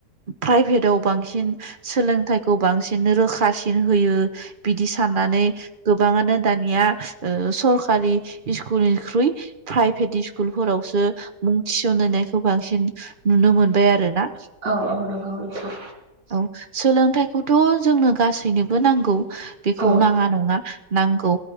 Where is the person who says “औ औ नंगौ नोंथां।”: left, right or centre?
Right